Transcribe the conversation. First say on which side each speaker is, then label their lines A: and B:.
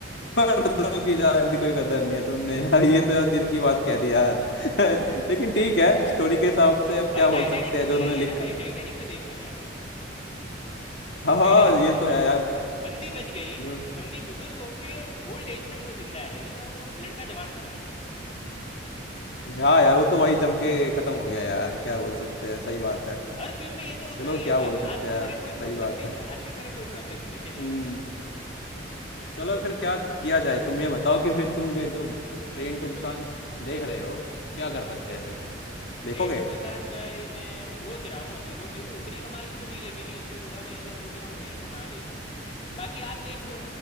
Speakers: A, on the left (about 65°); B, on the left (about 35°).
A: दो की जान की कोई कदर नहीं है तुमने यार ये तो यार दिल की बात कह दी यार <laughs>
B: हाँ
A: लेकिन ठीक है स्टोरी के हिसाब से अब
B: भाई
A: क्या
B: टाइटैनिक
A: बोल सकते
B: में
A: हैं
B: भी
A: जो उन्होंने
B: यही है ना
A: लिख
B: भाई
A: <laughs>
B: टाइटैनिक में देख लो यार
A: हाँ हाँ
B: टाइटैनिक में
A: ये
B: देख
A: तो है
B: लो भाई
A: यार
B: बंदी बच गई
A: ये
B: बंदी बुजुर्ग होके ओल्ड एज तक वो जिंदा रही और वो लड़का जवान मर गया
A: हाँ यार वो तो वही जम के खत्म हो गया यार क्या बोल सकते हैं सही बात है
B: हर फिल्म में ये तो होता
A: चलो
B: ही है
A: क्या
B: भाई
A: बोल सकते
B: आदमी
A: हैं यार
B: मरे कोई प्रॉब्लम
A: सही बात
B: नहीं
A: है
B: है आदमी मरे कोई प्रॉब्लम नहीं है चलेगा
A: हम्म चलो फिर क्या किया जाए तुम ये बताओ कि फिर तुम ये जो ट्रेन टू बुसान देख रहे हो क्या कर सकते हैं फिर देखोगे
B: ट्रेन टू बुसान भाई मैं सोच रहा हूँ अभी तो मेरे को उतनी कमाल की तो नहीं लगी थी इसलिए थोड़ा मैं ऐसे सोच रहा हूँ देखूँ ना देखूँ बाकी आप देख लो